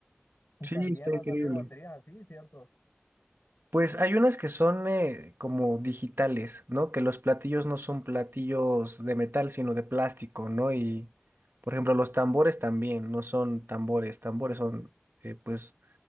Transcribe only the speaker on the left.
Y
también
han
salido baterías así, ¿cierto?